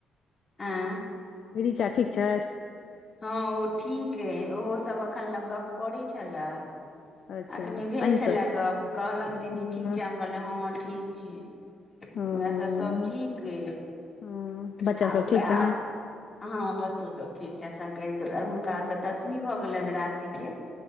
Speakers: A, on the left; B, on the left.
A: आँय
B: <inaudible> रीचा ठीक छैथ
A: हँ ओ ठीक अइ ओहो सब एखन लग गप करै छलै
B: अच्छा
A: अखने भेल
B: अहींसँ
A: छलै गप कहलक दीदी
B: हँ
A: ठीक छै हम कहियै हऽ ठीक छियै
B: हँ
A: उहै सब सभ ठीक अइ
B: हँ
A: <unintelligible>
B: बच्चा सब ठीक छै
A: हँ बच्चो सभ ठीक छैके हुनका तऽ दस दसमी भऽ गेलैन राशी केँ